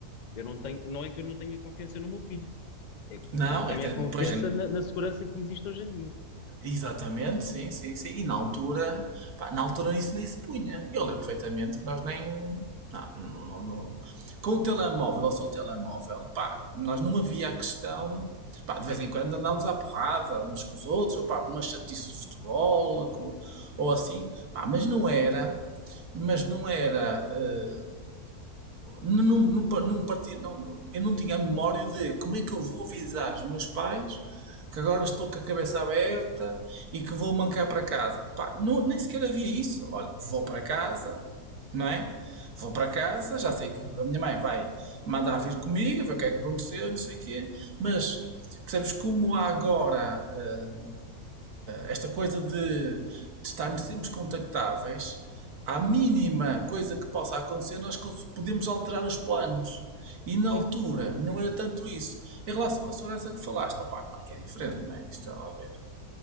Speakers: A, on the left; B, on the right.
A: Eu não tenho, não é que eu não tenha confiança no meu filho, é que
B: não,
A: eu não tenho
B: até,
A: a confiança
B: pois,
A: na, na segurança que existe hoje em dia.
B: Exatamente, sim, sim, sim. E na altura, pá, na altura isso nem se punha. Eu lembro perfeitamente que nós nem. Não, não, não, não. Com o telemóvel ou só o telemóvel, pá, nós não havia a questão. Pá, de vez em quando andámos à porrada uns com os outros, ou pá, com uma chatice de futebol, co- ou assim, pá, mas não era. Mas não era. eh, não, não, não, partia, não, não, eu não tinha a memória de como é que eu vou avisar os meus pais que agora estou com a cabeça aberta e que vou mancar para casa. Pá, não, nem sequer havia isso. Olha, vou para casa, não é? Vou para casa, já sei que a minha mãe vai mandar vir comigo, ver o que é que aconteceu, não sei o quê, mas percebes como há agora eh, esta coisa de, de estarmos sempre contactáveis, à mínima coisa que possa acontecer, nós podemos alterar os planos. E na
A: Sim,
B: altura não era tanto isso. Em relação à segurança que falaste, opá, claro que é diferente, não é? Isto está lá a ver.